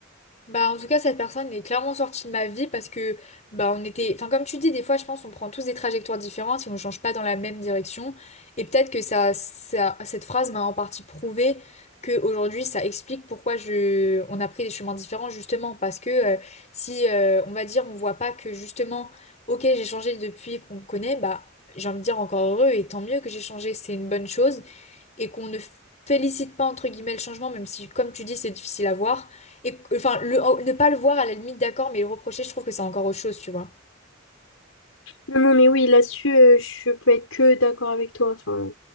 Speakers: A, on the left; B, on the left.
A: Bah, en tout cas, cette personne est clairement sortie de ma vie parce que, bah, on était, enfin, comme tu dis, des fois, je pense, on prend tous des trajectoires différentes et on ne change pas dans la même direction. Et peut-être que ça, ça, cette phrase m'a en partie prouvé que aujourd'hui, ça explique pourquoi je, on a pris des chemins différents, justement, parce que euh, si, euh, on va dire, on voit pas que justement, ok, j'ai changé depuis qu'on me connaît, bah, j'ai envie de dire encore heureux et tant mieux que j'ai changé, c'est une bonne chose et qu'on ne félicite pas entre guillemets le changement, même si, comme tu dis, c'est difficile à voir. Et enfin, le, ne pas le voir à la limite, d'accord, mais le reprocher, je trouve que c'est encore autre chose, tu vois.
B: Non, non, mais oui, là-dessus, euh, je peux être que d'accord avec toi. Enfin,